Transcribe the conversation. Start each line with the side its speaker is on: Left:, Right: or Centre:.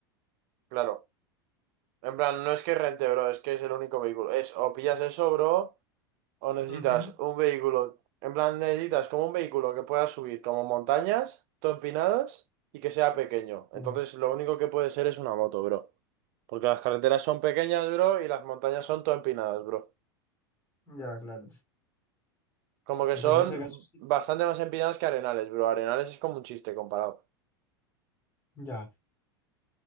Right: Claro, en plan, no es que rente, bro, es que es el único vehículo. Es o pillas eso, bro, o necesitas
Left: Ujú,
Right: un vehículo. En plan, necesitas como un vehículo que pueda subir como montañas, todo empinadas y que sea pequeño.
Left: sí.
Right: Entonces, lo único que puede ser es una moto, bro. Porque las carreteras son pequeñas, bro, y las montañas son todo empinadas, bro.
Left: Ya, claro.
Right: Como que
Left: Pues
Right: son
Left: en ese caso sí.
Right: bastante más empinadas que Arenales, bro. Arenales es como un chiste comparado.
Left: Ya.